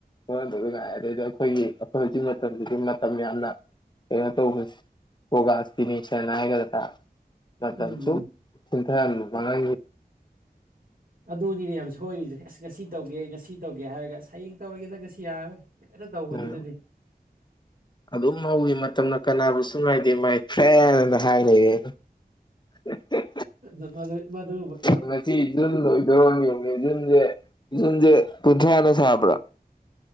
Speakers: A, on the left; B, on the right.
A: ꯍꯗ ꯉꯥꯏ ꯑ ꯑꯗꯨꯗꯩꯗꯤ ꯑꯩꯈꯣꯏꯒꯤ ꯑꯩꯈꯣꯏ ꯍꯧꯖꯤꯛ ꯃꯇꯝꯁꯤꯗꯤ ꯃꯇꯝ ꯌꯥꯝꯅ ꯀꯩꯅꯣ ꯇꯧꯕꯁ ꯍꯒꯁꯇꯅꯤ ꯆꯅꯥ ꯍꯥꯏ ꯀꯗ꯭ꯔ ꯅ ꯇ
B: ꯎꯝ
A: ꯆꯁꯨ
B: ꯎꯝ
A: ꯆꯟꯊꯔ ꯃꯉ
B: ꯑꯗꯨꯅꯤꯅꯦ ꯌꯥꯝ ꯁꯣꯏꯔꯤꯁꯦ ꯑꯁ ꯉꯁꯤ ꯇꯧꯒꯦ ꯉꯁꯤ ꯇꯧꯒꯦ ꯍꯥꯏꯔꯒ ꯍꯌꯦꯡ ꯇꯧꯔꯒꯦꯗ ꯉꯁꯤ ꯌꯥꯔꯔꯣꯏ ꯂꯣꯏꯅ ꯇꯧꯕꯅꯤꯅꯅꯦ
A: ꯎꯝ ꯑꯗꯨꯝ ꯍꯧꯋꯤ ꯃꯇꯝꯅ ꯀꯅꯥꯕꯨꯁꯨ ꯉꯥꯏꯗꯦ ꯃꯥꯏꯐ꯭ꯔꯦꯅ ꯍꯥꯏꯂꯩꯌꯦ ꯍꯦꯛ ꯍꯦꯛ
B: ꯗꯗ ꯃꯗꯨꯕꯥ
A: ꯉꯁꯤ ꯖꯨꯟ ꯂꯣꯏꯗꯧꯔ꯭ꯕꯅꯤ ꯌꯦꯡꯉꯨꯅꯦ ꯖꯨꯟꯁꯦ ꯖꯨꯟꯁꯦ ꯀꯨꯟꯊ꯭ꯔꯥꯅ ꯁꯕ꯭ꯔꯥ꯫